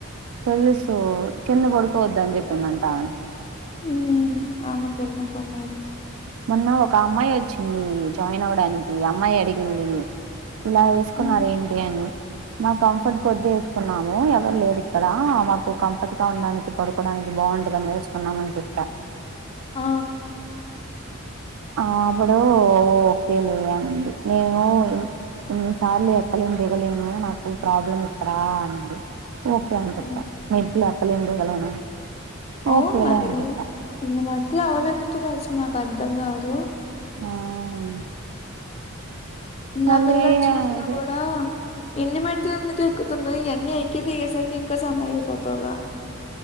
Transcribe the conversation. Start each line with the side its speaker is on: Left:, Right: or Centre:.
Right: తెలుసు కింద పడుకోవద్దని చెప్పిందంట ఆమె
Left: మ్ ఆమెకు ఎందుకో మరి
Right: మొన్న ఒక అమ్మాయి వచ్చింది జాయిన్ అవ్వడానికి అమ్మాయి అడిగింది ఇలా ఏసుకున్నారు
Left: మ్మ్
Right: ఏంటి అని మ కంఫర్ట్ కొద్దీ వేసుకున్నాము ఎవరు లేరు ఇక్కడ మాకు కంఫర్ట్ గా ఉండడానికి పడుకోవడానికి బా బాగుంటదని వేసుకున్నామని చెప్పా
Left: ఆ
Right: ఆ అప్పుడు ఓకేలే అనింది నేను ఇన్ని సార్లు ఎక్కలేను దిగలేను నాకు ప్రాబ్లం ఇక్కడ అనింది ఓకే అని చెప్పా
Left: మ్మ్
Right: మేట్లు ఎక్కలేను దిగలేను అని
Left: అవును
Right: ఓకేలే
Left: మరి
Right: అని చెప్పా
Left: ఇంగ మెట్లు ఎవరెకుతున్నార్ అసలు నాకు అర్థం కాదు
Right: ఆ
Left: నిన్న
Right: అసలే
Left: ఆ పిళ్ల వచ్చినప్పుడు
Right: అదే
Left: కూడా ఇన్ని మేట్లు ఎందుకు ఎక్కుతున్నావ్ ఇవన్నీ ఎక్కిదిగేసరికి ఇంకా సన్నగ అయిపోతావుగా